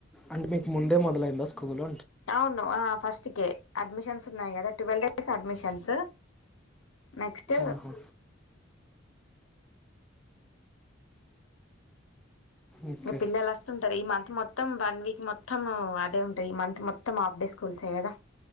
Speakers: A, in the centre; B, on the left (about 80°).
A: అంటే మీకు ముందే మొదలైందా స్కూల్ అంట
B: అవును ఫస్ట్కే అడ్మిషన్స్ ఉన్నాయి కదా ట్వెల్వ్ డేస్ అడ్మిషన్స్ నెక్స్ట్
A: ఆహా ఓకే
B: పిల్లలు వస్తుంటారు ఈ మంత మొత్తం వన్ వీక్ మొత్తం అదే ఉంటాయి ఈ మంత్ మొత్తం ఆఫ్డే స్కూల్స్ే కదా